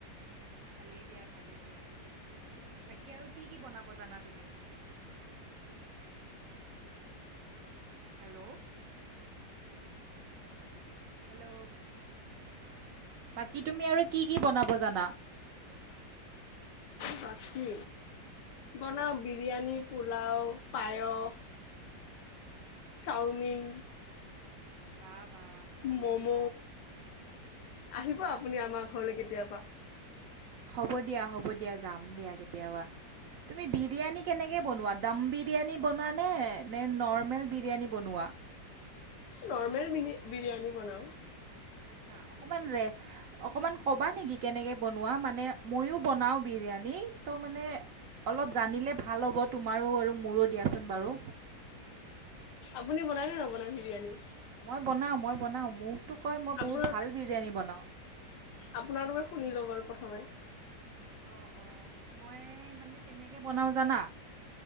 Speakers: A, on the right; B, on the left.
A: ভালেই দিয়া ভালেই দিয়া, বাকী আৰু কি কি বনাব জানা তুমি? হেল্ল? হেল্ল, বাকী তুমি আৰু কি কি বনাব জানা?
B: বাকী বনাও বিৰিয়ানী, পোলাও, পায়স চাওমিন।
A: বাহ বাহ ভালেই
B: মম'
A: দেখোন।
B: আহিব আপুনি আমাৰ ঘৰলৈ কেতিয়াবা।
A: হ'ব দিয়া হ'ব দিয়া যাম দিয়া কেতিয়াবা, তুমি বি বিৰিয়ানী কেনেকে বনোৱা? দম বিৰিয়ানী বনোৱা নে নে নৰ্মেল বিৰিয়ানী বনোৱা?
B: নৰ্মেল বিৰি বিৰিয়ানী বনাও।
A: আচ্ছা অকমান ৰে অকমান কবা নেকি কেনেকে বনোৱা? মানে ময়ো বনাওঁ বিৰিয়ানী ত মানে অলপ জানিলে ভাল হ'ব তোমাৰো আৰু মোৰো দিয়াচোন বাৰু।
B: আপুনি বনায় নে নবনায় বিৰিয়ানী?
A: মই বনাওঁ মই বনাওঁ, মোকতো কয় মই
B: আপোনাৰ
A: বহুত ভাল বিৰিয়ানী বনাওঁ।
B: আপোনাৰ তোকে শুনি লওঁ বাৰু প্ৰথমে।
A: অঁ অঁ মই মানে কেনেকে বনাওঁ জানা